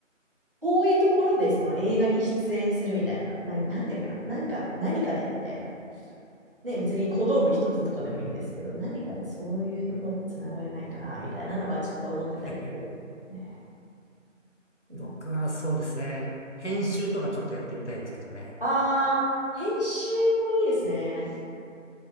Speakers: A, on the right; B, on the left.
A: 遠いところでその映画に出演するみたいな、なんかなんていうのかな、なんか何かでみたいな、ね、別に小道具一つとかでもいいんですけど、何かでそういうところにつながれないかな、
B: うん。
A: みたいなのはちょっと思ってたりする。
B: え
A: ね。うん、
B: 僕はそうですね。編集とかちょっとやってみたいですけどね。
A: ああ、編集もいいですね。